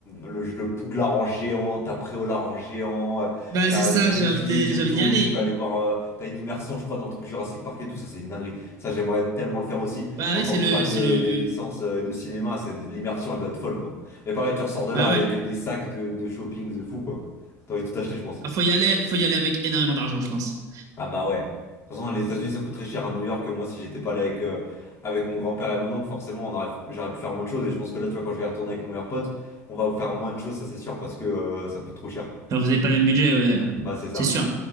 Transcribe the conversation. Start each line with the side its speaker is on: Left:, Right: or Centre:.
Left: le le Poudlard en géant, t'as Préolard en géant, euh,
Right: Bah
Left: t'as
Right: c'est ça,
Left: Springfield
Right: j'ai envie de-
Left: et
Right: j'ai envie
Left: tout,
Right: d'y aller.
Left: tu peux aller voir, euh, t'as une immersion je crois dans le truc Jurassic Park et tout, ça c'est une dinguerie. Ça j'aimerais tellement le faire aussi
Right: Bah
Left: en
Right: oui,
Left: tant
Right: c'est
Left: que
Right: le,
Left: fan
Right: c'est
Left: de,
Right: le.
Left: des licences euh, et de cinéma, c'est l'immersion elle doit être folle quoi. Et pareil tu ressors de
Right: Bah
Left: là avec
Right: ouais.
Left: des sacs de, de shopping de fou quoi. T'as envie de tout acheter je pense.
Right: Ah, faut y aller, faut y aller avec énormément d'argent, je pense.
Left: Ah bah ouais. De toute façon, les États-Unis, ça coûte très cher à New York. Moi, si j'étais pas là avec, euh, avec mon grand-père et mon oncle, forcément, on aurait, j'aurais pu faire moins de choses. Et je pense que là, tu vois, quand je vais retourner avec mon meilleur pote, on va faire moins de choses, ça c'est sûr, parce que euh, ça coûte trop cher.
Right: Enfin, vous avez pas le même budget, ouais.
Left: Bah, c'est ça.
Right: C'est sûr.